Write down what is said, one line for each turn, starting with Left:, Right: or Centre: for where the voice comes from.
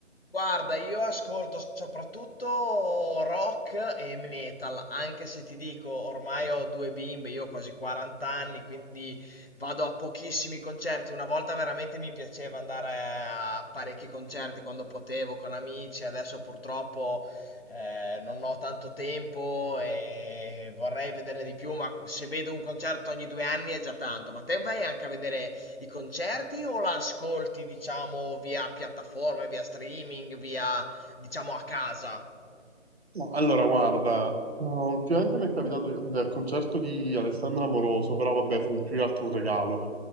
Left: Guarda, io ascolto soprattutto rock e metal, anche se ti dico, ormai ho due bimbe, io ho quasi 40 anni, quindi vado a pochissimi concerti. Una volta veramente mi piaceva andare a parecchi concerti quando potevo con amici, adesso purtroppo eh, non ho tanto tempo e vorrei vederne di più, ma se vedo un concerto ogni due anni è già tanto. Ma te vai anche a vedere i concerti o la ascolti, diciamo, via piattaforme, via streaming, via, diciamo, a casa?
Right: No, Allora, guarda, uh, ultimamente mi è capitato nel concerto di Alessandra Moroso, però vabbè, fu più che altro un regalo.